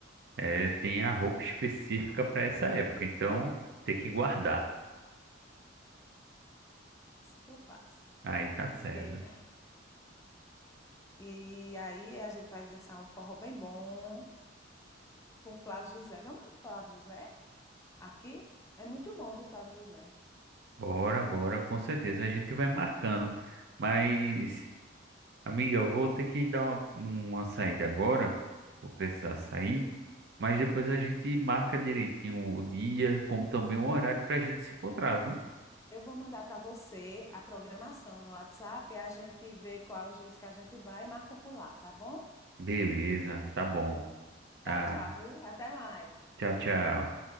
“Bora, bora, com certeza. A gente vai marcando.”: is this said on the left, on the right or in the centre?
Right